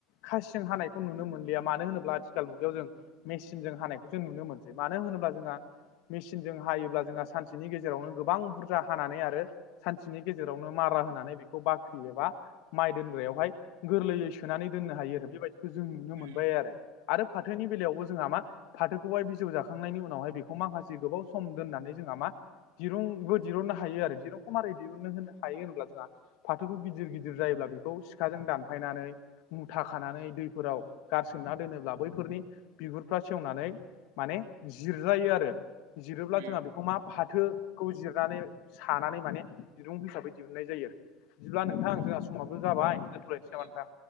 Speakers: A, on the left; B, on the right.
A: खासिजों हानायखौ नुनो मोनलिया मानो होनोब्ला आथिखाल मुगायाव जों मेचिनजों हानायखौ जों नुनो मोनसै मानो होनोब्ला जोंहा मेसिनजों हायोब्ला जोंहा सानसेनि गेजेरावनो गोबां बुरजा हानानै आरो सानसेनि गेजेरावनो मारा होनानै बेखौ बाख्रि एबा माइ दोनग्रायावहाय गोरलैयै सोनानै दोननो हायो आरो बेबायदि जों नुनो
B: उम
A: मोनबाय आरो आरो फाथोनि बेलायावबो जोंहा मा फाथोखौहाय बिजौ जाखांनायनि उनावहाय बेखौ माखासे गोबाव सम दोननानै जोंहा मा? दिरुंबो दहुननो हायो आरो दिरुंखौ मारै दिहुननो होनो हायो होनब्ला जोंहा फाथोखौ गिदिर गिदिर जायोब्ला बेखौ सिखाजों दानफायनानै मुथा खानानै दैफोराव गारसोमना दोनोब्ला बैफोरनि बिगुरफ्रा सेवनानै माने जिरजायो आरो जिरोब्ला
B: उम
A: जोंहा बे मा फाथोखौ जिरनानै सानानै माने दिरुं हिसाबै दिहुननाय जायो आरो बिदिब्ला नोंथां जोंहा समावाब जाबाय दोनथ'लनोसै नामा
B: औ
A: नोंथां?